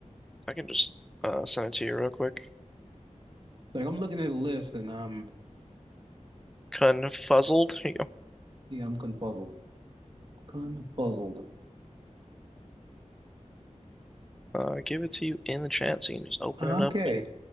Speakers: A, in the centre; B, on the right (about 40°).
A: I can just uh send it to you real quick.
B: Like I'm looking at the list and I'm
A: Confuzzled. Here you
B: yeah, I'm confuzzled. Confuzzled.
A: go. Uh give it to you in the chat so you can just open
B: Okay.
A: it up and